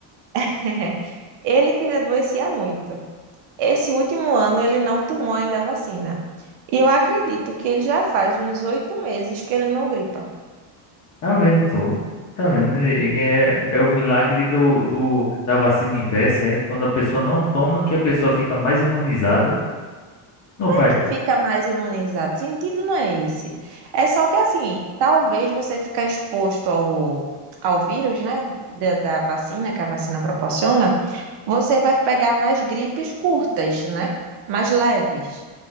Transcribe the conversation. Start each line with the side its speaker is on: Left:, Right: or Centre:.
Right: <laughs> Ele que adoecia muito. Esse último ano ele não tomou ainda a vacina. E eu acredito que ele já faz uns oito meses que ele não gripa.
Left: tá vendo tu? Tá vendo? E- e É, é o milagre do, do, da vacina inversa, é quando a pessoa não toma que a pessoa fica mais imunizada, não faz.
Right: que fica mais imunizado. O sentido não é esse. É só que assim, talvez você ficar exposto ao, ao vírus, né, da, da vacina, que a vacina proporciona, você vai pegar mais gripes curtas, né, mais leves.